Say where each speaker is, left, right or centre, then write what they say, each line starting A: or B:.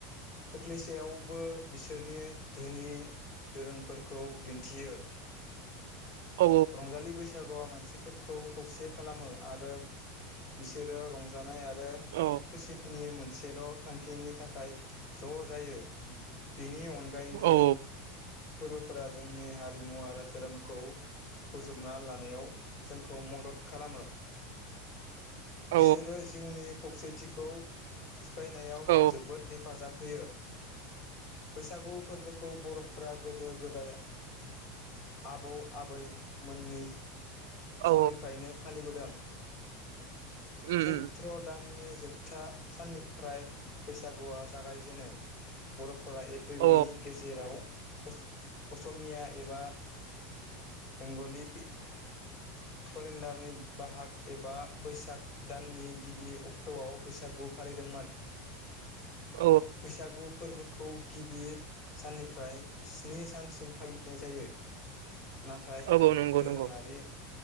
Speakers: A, on the left; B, on the right.
A: खोख्लैसेयावबो बिसोरनि धोनि दोरोंफोरखौ दिन्थियो
B: औ
A: रंजालि बैस सागुआ मानसिफोरखौ खौसे खालामो आरो बिसोरो रंजानाय आरो आरो
B: औ
A: खुसिनि मोनसेल' थांखिनि थाखाय ज' जायो बिनि अनगायैबो
B: औ
A: फोरबोफोरा जोंनि हारिमु आरो धोरोमखौ बोजबना लानायाव जोंखौ मदद खालामो
B: औ
A: बिसोरो जिउनि खौसेथिखौ सिफायनायाव
B: औ
A: जोबोद हेफाजाब होयो बैसागु फोरबोखौ बर'फ्रा गोदो गोदाय आबौ आबैमोननि
B: औ
A: समनिफ्रायनो फालिबोदों
B: उम
A: सैत्र
B: उम
A: दाननि जोबथा साननिफ्राय बैसागुआ जागायजेनो बर फोरा एप्रिलनि
B: औ
A: गेजेराव अस असमिया एबा बेंगलि केलेन्डारनि बाहाग एबा बैसाग दाननि गिबि अक्ट'आव बैसागु फालिदोंमोन
B: औ
A: बैसागु फोरबो खौ गिबि साननिफ्राय स्निनि सानसिम फालिनाय जायो नाथाय
B: औ औ नंगौ
A: दोरोङारि
B: नंगौ